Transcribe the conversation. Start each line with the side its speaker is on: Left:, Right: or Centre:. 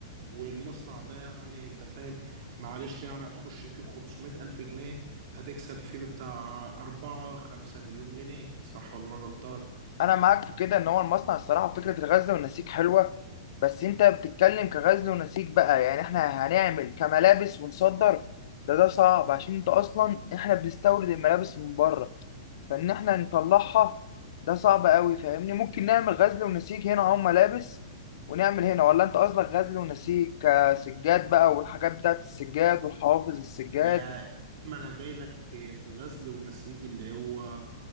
Right: والمصنع ده يعني انت فاهم معلش يعني هتخش فيه ب 500 ألف جنيه هتكسب فيه بتاع 4 5 مليون جنيه صح ولا أنا غلطان؟
Left: انا معاك في كده ان هو المصنع الصراحه فكره الغزل والنسيج حلوه بس انت بتتكلم كغزل ونسيج بقى يعني احنا هنعمل كملابس ونصدر ده ده صعب عشان انت اصلا احنا بنستورد الملابس من بره فان احنا نطلعها ده صعب قوي فاهمني ممكن نعمل غزل ونسيج هنا او ملابس ونعمل هنا ولا انت قصدك غزل ونسيج كسجاد بقى والحاجات بتاعت السجاد والحوافظ السجاد
Right: يا ما انا جاي لك في غزل ونسيج اللي هو